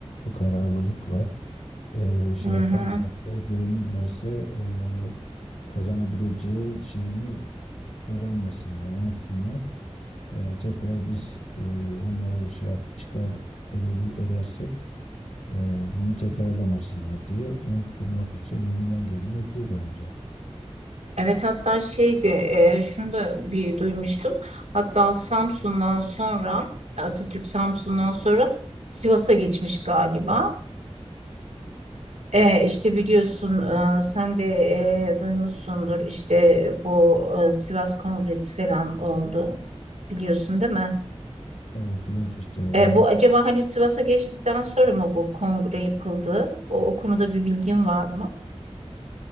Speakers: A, on the left; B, on the right.
A: kararlılıkla e, şey
B: Hı hı.
A: yaparlarsa direnirlerse e, kazanabileceği şeyini öğrenmesinler, unutsunlar. E, tekrar biz e, onları şey yap işgal edebil edersek e, bunu tekrarlamasınlar diye unutturmak için elinden geleni yapıyor bence.
B: Evet hatta şeydi e, şunu da bir duymuştum. Hatta Samsun'dan sonra Atatürk Samsun'dan sonra Sivas'a geçmiş galiba. E, işte biliyorsun e, sen de e, duymuşsundur işte bu e, Sivas Kongresi falan oldu. Biliyorsun değil mi?
A: Evet evet işte onu
B: E, bu acaba hani Sivas'a geçtikten sonra mı bu kongre yapıldı? O, o konuda bir bilgin var mı?